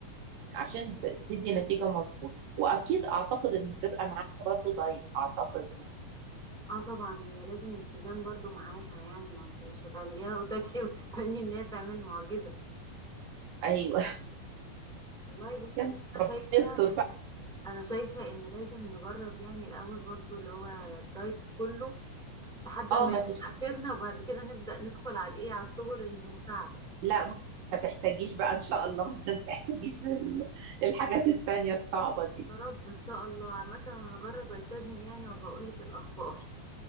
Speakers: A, on the right (about 70°); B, in the centre.
A: عشان ت- تدي نتيجه مظبوطه واكيد اعتقد ان بيبقى معاها برضو دايت اعتقد يعني
B: اه طبعا هي لازم التزام برضو معاها يعني ما انت مش هتعمليها وتاكلي وتستني ان هي تعمل معجزة
A: ايوه
B: والله
A: <laughs>
B: بصي
A: يلا
B: بس انا
A: ربنا
B: شايفة
A: يستر بقى
B: انا شايفة ان لازم نجرب يعني الاول برضو اللي هو الدايت كله لحد
A: اه
B: ما نجيب
A: ما تدخل
B: اخرنا وبعد كده نبدأ ندخل على الايه على السبل المساعدة
A: لا ممكن ما تحتاجيش بقى ان شاء الله ما تحتاجيش ال- الحاجات التانية الصعبة
B: يا
A: دي
B: رب ان شاء الله عامة انا هجرب التزم يعني وبقول لك الاخبار